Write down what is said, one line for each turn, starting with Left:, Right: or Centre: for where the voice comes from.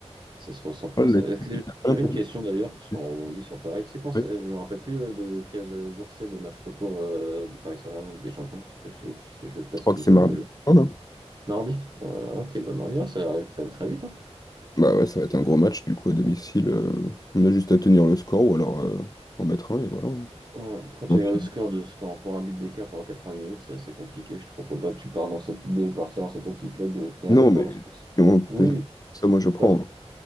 Right: Ça se ressent pas.
Left: Ouais, le-
Right: ça.
Left: mec,
Right: Est-ce que-
Left: t'as pas
Right: J'avais
Left: l'impression
Right: une question d'ailleurs, parce
Left: qu'il
Right: qu'on
Left: est
Right: rebondit sur Paris. Tu sais quand c'est-
Left: déçu.
Right: je me rappelle plus euh, de quel jour c'est le match retour euh, du Paris Saint-Germain en Ligue des Champions. Je sais, pas si tu sais je sais pas
Left: Je
Right: si
Left: crois
Right: tu
Left: que c'est
Right: sais,
Left: mardi.
Right: toi
Left: Non, non.
Right: Mardi? Ouais, ok, bah mardi, ouais, ça arrive quand même très vite. hein.
Left: Bah ouais, ça va être un gros match, du coup, à domicile. euh, on a juste à tenir le score ou alors euh, en mettre un et voilà.
Right: Ouais, Après,
Left: On
Right: tenir
Left: file.
Right: le score de score pour un but d'écart pendant 90 minutes, c'est assez compliqué, je trouve. Faut pas que tu pars dans cette, de partir dans cette optique-là de tenir
Left: Non,
Right: le score
Left: mais
Right: parce
Left: si
Right: que c'est-
Left: on peut-
Right: oui,
Left: ça, moi, je prends.
Right: parce-